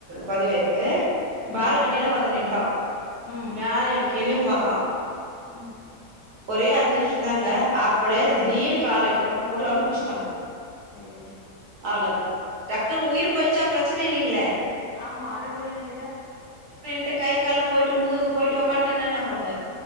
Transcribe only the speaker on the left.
ம்
ம்
ம்
ம்
ம்
ஐயோடி
ஆமா அரகொறையா நின்டா